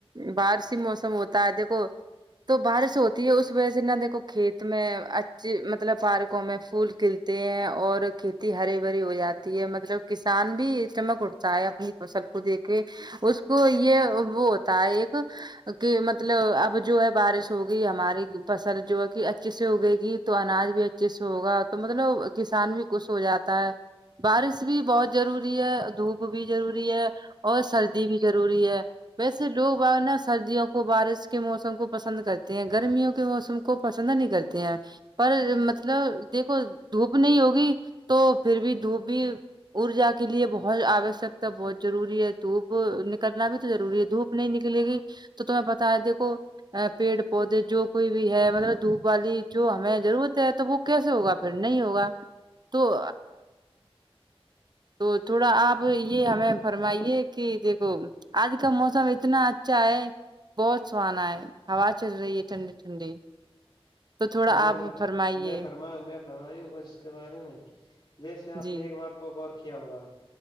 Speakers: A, on the right; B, on the left.
A: بارش موسم ہوتا ہے دیکھو تو بارش ہوتی ہے اس وجہ سے نہا دیکھو کھیت میںچ جی مطلب پارکوں میں پھول کھلتے ہیں اور کھیتی ہری بھری ہو جاتی ہے م مطلب کسان بھی چمک اھتا ہے اپنی فصل کو دیک کے اس کو یہ وہ ہوتا ہے ایک کہ مطلب اب جو ہے بارش ہوگی ہماری فصل جو ہے کہ اچھے سے اگے گی تو اناج بھی اچھے سے ہوگا تو مطلب کسان بھی خش ہو جاتا ہے بارش بھی بہت ضروری ہے دھوپ بھی ضروری ہے اور سردی بھی ضروری ہے ویسے لوگ اورنا سردیوں کو بارش کے موسم کو پسند کرتے ہیں گرمیوں کے موسم کو کو پسند نہیں کرتے ہیں پر مطلب دیکھو دھوپ نہیں ہوگی تو پھر بھی دھوپ بھی ارجا کے لیے بہت آوشکتا بہت ضروری ہے دھوپ وہ نکلنا بھی تو ضروری ہے دھوپ نہیں نکلے گی تو تمہیں بتایا دیکھو پیڑ پودے جو کوئی بھی ہے مطلب دھوپ والی جو ہمیں ضرورت ہے تو وہ کیسے ہوگا پھر نہیں ہوگا تو تو تھوڑا آپ یہ ہمیں فرمائیے کہ دیکھو آج کا موسم اتنا اچھا ہے بہت سہانا ہے ہوا چل رہی ہے ٹھنڈی ٹھنڈی تو تھوڑا
B: ہم
A: آپ فرمائیے
B: ہم فرما فرمائیوں گے اس کے بارے میں جیسے آپ
A: جی
B: نے ایک بات پ غور کیا ہوگا